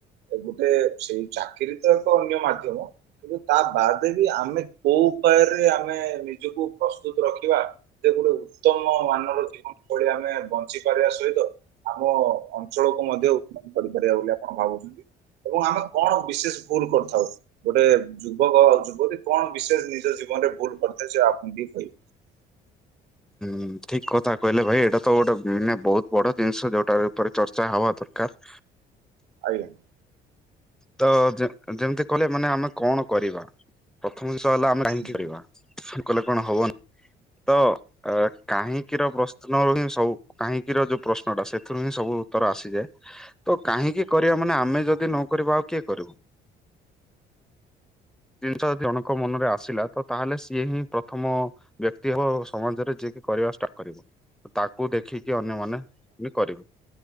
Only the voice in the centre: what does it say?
ହୁଁ, ଠିକ କଥା କହିଲେ ଭାଇ। ଏଇଟା ତ ଗୋଟେ ଉଁ, ମାନେ ବହୁତ ବଡ ଜିନିଷ। ଯୋଉଟା ଉପରେ ଚର୍ଚ୍ଚା ହବା ଦରକାର।
ତ ଯେ-ଯେମିତି କହିଲେ ମାନେ ଆମେ କଣ କରିବା? ପ୍ରଥମେ ତ ହେଲା ଆମେ କାହିଁକି
କରିବା? କଲେ କଣ ହବନି? ତ ଅ, କାହିଁକିର ପ୍ରଶ୍ନ ର ହିଁ ହଉ, କାହିଁକି ର ଯୋଉ ପ୍ରଶ୍ନଟା ସେଥିରୁ ହିଁ ସବୁ ଉତ୍ତର ଆସିଯାଏ। ତ କାହିଁକି କରିବା ମାନେ ଆମେ ଯଦି ନ କରିବା ଆଉ କିଏ କରିବ? ଜିନିଷ ଯଦି ଜଣଙ୍କ ମନରେ ଆସିଲା ତ ତାହେଲେ ସିଏ ହିଁ ପ୍ରଥମ ବ୍ୟକ୍ତି ହେବ। ସମାଜରେ ଯିଏକି କରିବା ଷ୍ଟାର୍ଟ କରିବ। ତାକୁ ଦେଖିକି ଅନ୍ୟମାନେ ବି କରିବେ।